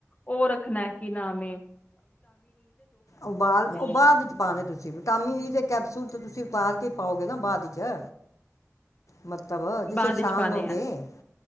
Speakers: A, on the left (about 30°); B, on the left (about 75°).
A: ਹੋਰ <unintelligible> ਰੱਖਣਾ ਕੀ ਨਾਮ ਹੈ <unintelligible>
B: ਉਬਾਲ ਉਹ
A: ਨੇ
B: ਬਾਅਦ ਚ ਪਾਣੇ ਤੁਸੀਂ ਵਿਟਾਮਿਨ ਈ ਦੇ ਕੈਪਸੂਲ ਤੇ ਤੁਸੀਂ ਉਤਾਰ ਕੇ ਪਾਓਗੇ ਨਾ ਬਾਅਦ ਚ ਮਤਲਬ ਜਿਸ
A: ਬਾਅਦ
B: ਲੇ ਛਾਨ
A: ਵਿੱਚ ਪਾਣੇ
B: ਲੌਗੇ
A: ਆ